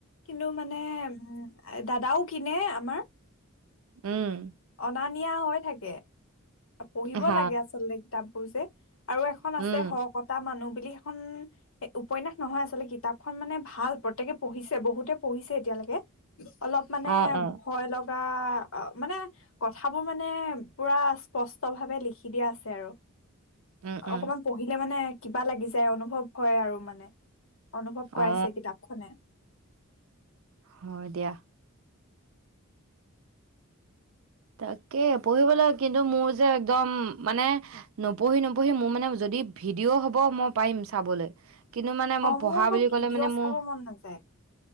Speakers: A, on the left; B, on the right.
A: কিন্তু মানে উম দাদাও কিনে আমাৰ।
B: উম।
A: অনা নিয়া হৈ থাকে। পঢ়িব
B: হ
A: লাগে আচলতে কিতাপ। বোৰ যে। আৰু এখন
B: উম
A: আছে সতা মানুহ। তিনি খন। এ উপন্যাস নহয় আচলতে কিতাপখন মানে ভাল প্ৰতেকে পঢ়িছে বহুতে পঢ়িছে। এতিয়ালৈকে অলপ মানে
B: অ অ
A: ভয় লগা। অ মানে কথাবোৰ মানে পোৰা স্পষ্ট ভাৱে লিখি দিয়া আছে আৰু।
B: উম উম
A: অকমান পঢ়িলে মানে। কিবা লাগি যায় অনুভৱ। কয় আৰু মানে। অনুভৱ কৰাইছে
B: অ
A: কিতাপখনে।
B: হয় দিয়া। তাকে পঢ়িবলৈ কিন্তু মোৰ যে একদম মানে নপঢ়ি নপঢ়ি মোৰ মানে যদি ভিডিঅ' হব মই পাৰিম চাবলৈ। কিন্তু মানে
A: অ
B: মই
A: মোৰ
B: পঢ়া
A: আকৌ
B: বুলি
A: ভিডিঅ'
B: কলে মানে
A: চাব
B: মোৰ
A: মন নাযায়